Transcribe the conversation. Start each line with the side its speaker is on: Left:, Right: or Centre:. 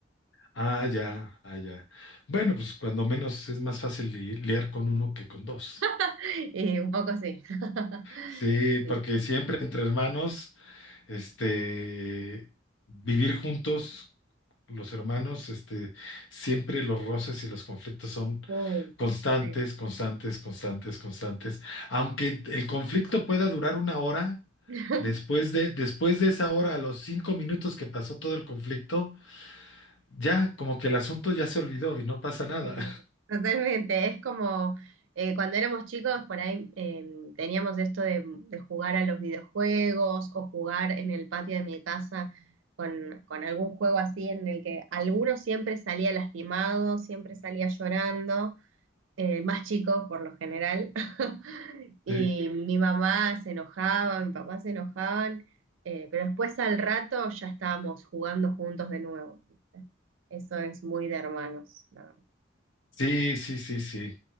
Left: Ah, ya, ah, ya. Bueno, pues cuando menos es más fácil li- liar con uno que con dos.
Right: <laughs> Y un poco sí. <laughs>
Left: Sí, porque
Right: Sí, sí.
Left: siempre entre hermanos. Este, vivir juntos, los hermanos, este, siempre los roces y los conflictos son
Right: Uh,
Left: constantes,
Right: sí.
Left: constantes, constantes, constantes. Aunque el conflicto pueda durar una hora,
Right: <laughs>
Left: después de, después de esa hora, a los cinco minutos que pasó todo el conflicto, ya como que el asunto ya se olvidó y no pasa nada.
Right: Sí, totalmente. Es como eh, cuando éramos chicos, por ahí eh, teníamos esto de, de jugar a los videojuegos o jugar en el patio de mi casa con, con algún juego así en el que alguno siempre salía lastimado, siempre salía llorando, eh, más chicos por lo general. <laughs>
Left: <laughs>
Right: Y mi mamá se enojaba, mi papá se enojaban, eh, pero después al rato ya estábamos jugando juntos de nuevo. ¿viste? Eso es muy de hermanos, la verdad.
Left: Sí, sí, sí, sí. Sí,